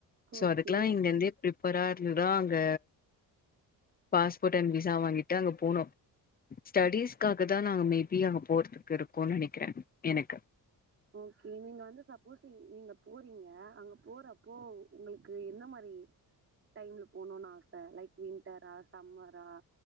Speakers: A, on the left; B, on the right.
A: சோ
B: ஓகே
A: அதுக்கெல்லா இங்க இருந்தே பிரிப் பரா இருந்தா அங்க பாஸ்போர்ட் அண்ட் விசா வாங்கிட்டு அங்க போனு ஸ்டடிஸ்க்காக தா நாங்க மேபி அங்க போறதுக்கு இருக்கோன்னு நெனைக்கிறே எனக்கு
B: ஓகே நீங்க வந்து சப்போஸ் நீங்க போறீங்க அங்க போறப்போ உங்களுக்கு எந்த மாரி டைம்ல போணும்னு ஆச லைக் விண்டரா சம்மரா